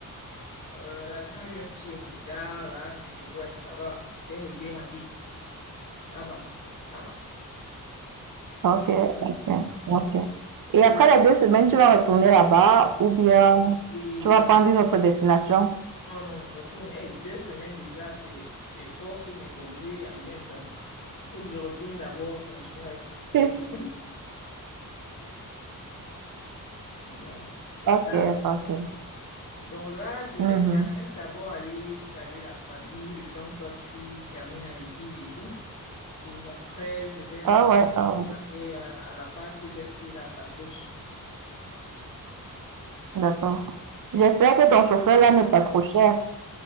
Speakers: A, on the left; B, on the right.
A: Euh, l'avion a eu un petit retard là, mais ouais, ça va. C'était réglé rapide. Ça va, ça va.
B: Ok, ok, ok. Et après
A: Là,
B: les deux semaines, tu vas retourner là-bas ou bien
A: oui,
B: tu
A: oui,
B: vas
A: oui.
B: prendre une autre destination?
A: Non, non, je retourne. Hey, deux semaines déjà, c'est, c'est fort sur mes congés annuels. Donc, faut que je retourne d'abord, continuer avec le boulot
B: <laughs>
A: et tout. <laughs> Donc, c'est ça.
B: Ok, ok.
A: Donc là, je vais
B: Mhm.
A: quand même d'abord aller saluer la famille, le temps que toi tu termines à l'église et tout. Et après, je vais rentrer
B: Ah ouais,
A: me
B: ah ouais.
A: préparer à, à la pâte que j'ai pris là, Bastos.
B: D'accord. J'espère que ton chauffeur là n'est pas trop cher.